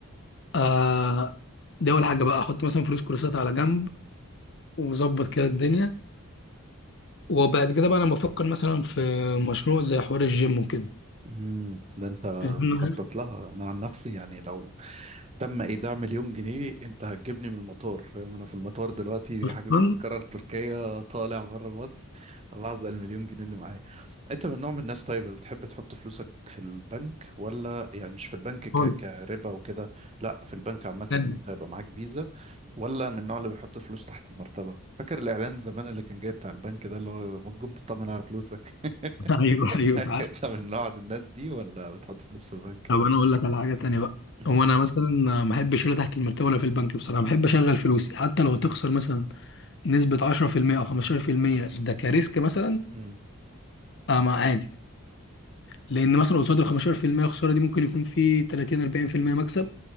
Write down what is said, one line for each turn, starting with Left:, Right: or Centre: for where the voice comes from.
Left: آه دي اول حاجه بقى احط مثلا فلوس كورسات على جنب واظبط كده الدنيا وبعد كده بقى انا بفكر مثلا في مشروع زي حوار الجيم وكده
Right: أمم. ده انت
Left: أنا
Right: مخطط لها انا عن نفسي يعني لو تم ايداع مليون جنيه انت هتجيبني من المطار فاهم انا في المطار دلوقتي
Left: اصلا
Right: حاجز تذكره لتركيا طالع بره مصر بعزق المليون جنيه اللي معايا انت من نوع من الناس طيب اللي بتحب تحط فلوسك في البنك ولا يعني مش في البنك ك...
Left: خالص
Right: كربا وكده لا في البنك عامه
Left: <laughs> تاني.
Right: ان انت يبقى معاك فيزا ولا من النوع اللي بيحط فلوس تحت المرتبه فاكر الاعلان زمان اللي كان جاي بتاع البنك ده اللي هو ما تقوم تطمن على فلوسك
Left: ايوه
Right: <laughs>
Left: ايوه فعلا
Right: انت من نوع الناس دي ولا بتحط فلوس في البنك
Left: طب انا اقول لك على حاجه تانية بقى
Right: <coughs>
Left: هو انا
Right: <clears throat>
Left: مثلا ما احبش ولا تحت المرتبه ولا في البنك بصراحه بحب اشغل فلوسي حتى لو تخسر مثلا نسبة 10% أو 15% ده كريسك مثلا
Right: امم
Left: آه ما عادي لأن مثلا قصاد ال 15% خسارة دي ممكن يكون في 30 40% مكسب